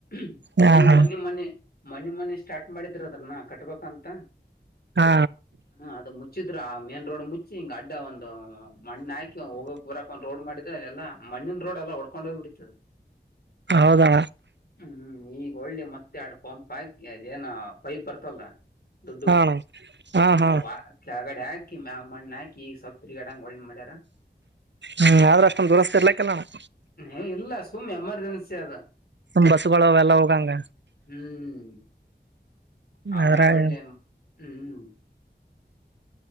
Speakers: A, on the left; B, on the right.
A: <inaudible>
B: ಹಾ
A: ಈಗ
B: ಹಾ
A: ಮನ್ನೆ ಮನ್ನೆ ಆ ಮನ್ನೆ ಮನ್ನೆ ಸ್ಟಾರ್ಟ್ ಮಾಡಿದ್ರ ಅದ್ರನ ಕಟ್ಬೇಕಂತ.
B: ಹಾ
A: ಹ್ಮ ಅದ ಮುಚ್ಚಿದ್ರ ಆ ಮೇನ್ ರೋಡ್ ಮುಚ್ಚಿ ಹಿಂಗ್ ಅಡ್ಡ ಒಂದ ಮಣ್ಣ ಹಾಕಿ ಹೋಗಕ್ ಬರಕ್ ಒಂದ್ ರೋಡ್ ಮಾಡಿದ ಯಲ್ಲಾ. ಮಣ್ಣಿನ ರೋಡ್ ಎಲ್ಲ ಒಡ್ಕೊಂಡೋಗ ಬಿಟ್ಟಿತ್ತ್.
B: ಹೌದಾ
A: ಹ್ಮ್ ಈಗ ಒಳ್ಳೆ ಮತ್ತೆ ಯಾಡ ಪಂಪ್ ಹಾಕಿ ಅದ ಏನ ಪೈಪ್ ಬರ್ತಲ್ಲ. ದೊಡ್ಡವ
B: ಹಾ ಅಣ್ಣ ಹಾ
A: ಹ್ಮ
B: ಹಾ
A: ಅವ ಕೆಳಗಡೆ ಹಾಕಿ ಮ್ಯಾಗ ಮಣ್ಣ ಹಾಕಿ ಈ ಸ್ವಪ್ ತಿರಿಗಾಡಂಗ ಒಳ್ಳ ಮಾಡ್ಯಾರ.
B: ಹ್ಮ್ ಆದ್ರೂ ಅಷ್ಟೊಂದು ದದುರಸ್ತಿ ಇರ್ಲಕ್ಕೆಲ್ಲ ಅಣ್ಣಾ.
A: ಎ ಇಲ್ಲ ಸುಮ್ಮನ ಎಮರ್ಜೆನ್ಸಿ ಅದ.
B: ಸುಮ್ಮ ಬಸ್ಗಳುವ ಎಲ್ಲಾ ಹೋಗಂಗ.
A: ಹ್ಮ್ <unintelligible> ಆಮೇ
B: ಅದ್ರಾಗ
A: ಒಳ್ಳೆ ಹ್ಮ್.